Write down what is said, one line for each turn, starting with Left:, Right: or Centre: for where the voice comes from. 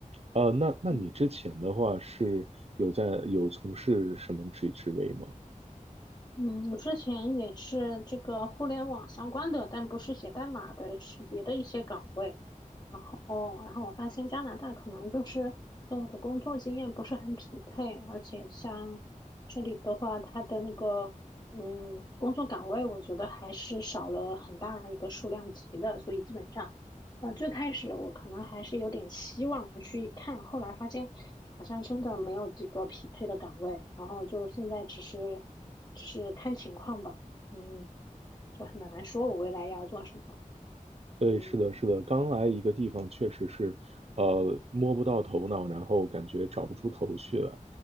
Right: 呃，那那你之前的话是有在有从事什么职职位吗？
Left: 嗯。嗯，我之前也是这个互联网相关的，但不是写代码的，是别的一些岗位。然后，然后我发现加拿大可能就是跟我的工作经验不是很匹配，而且像这里的话，它的那个嗯工作岗位，我觉得还是少了很大一个数量级的，所以基本上呃，最开始我可能还是有点希望去看，后来发现好像真的没有几个匹配的岗位，然后就现在只是只是看情况吧，嗯，就很难说我未来要做什么，
Right: 对，
Left: 嗯。
Right: 是的，是的，刚来一个地方确实是，呃，摸不到头脑，然后感觉找不出头绪来，